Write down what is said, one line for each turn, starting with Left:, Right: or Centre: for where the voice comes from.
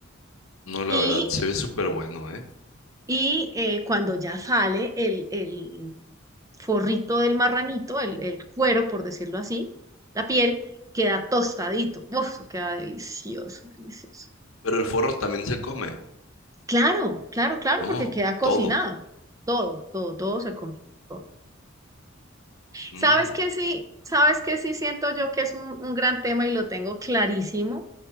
Left: No, la
Right: Y,
Left: verdad, se ve súper bueno, ¿eh?
Right: y eh, cuando ya sale el, el forrito del marranito, el, el cuero, por decirlo así, la piel, queda tostadito. Uf, queda delicioso, delicioso.
Left: Pero el forro también se come.
Right: Claro, claro, claro,
Left: Oh,
Right: porque queda cocinado.
Left: todo.
Right: Todo, todo, todo se come. todo.
Left: Mm,
Right: ¿Sabes qué sí? ¿Sabes qué sí siento yo que es un, un gran tema y lo tengo clarísimo